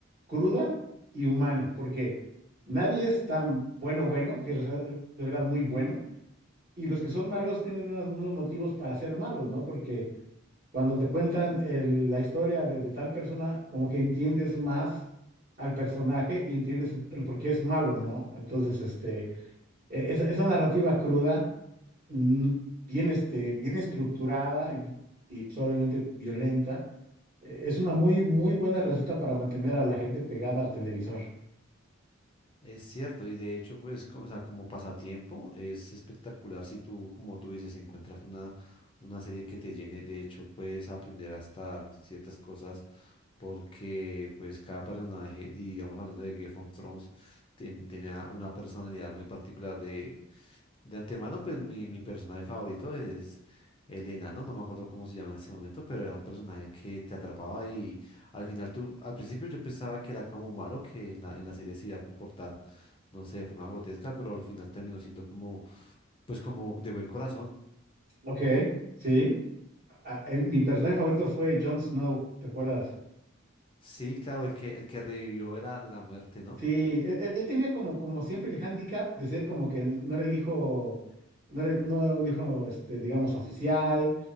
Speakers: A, on the right (about 45°); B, on the left (about 25°).
A: cruda y humana, porque nadie es tan bueno, bueno, que es de verdad muy bueno, y los que son malos tienen unas- unos motivos para ser malos, ¿no? Porque cuando te cuentan el- la historia de, de tal persona, como que entiendes más al personaje y entiendes el por qué es malo, ¿no? Entonces, este, e- esa esa narrativa cruda mm, bien, este, bien estructurada y, y, pues, obviamente violenta. Eh, Es una muy, muy buena receta para mantener a la gente pegada al televisor.
B: Es cierto, y de hecho, pues, co- o sea, como pasatiempo, es espectacular si tú, como tú dices, encuentras una, una serie que te llene. De hecho, puedes aprender hasta ciertas cosas porque, pues, cada personaje, y digamos, hablando de Game of Thrones, ten- tenía una personalidad muy particular. De, de antemano, pues, mi, mi personaje favorito es el enano, no me acuerdo cómo se llama en ese momento, pero era un personaje que te atrapaba y al final tú, al principio yo pensaba que era como malo, que en la, en la serie se iba a comportar no sé, de forma grotesca, pero al final terminó siendo como, pues como de buen corazón.
A: Ok, sí. Ah, eh, mi personaje favorito fue Jon Snow, ¿te acuerdas?
B: Sí, claro, el que, el que revivió era de la muerte, ¿no?
A: Sí, él, él- él tenía como, como siempre el hándicap de ser como que no era el hijo, no era, el- no era un hijo, este, digamos, oficial,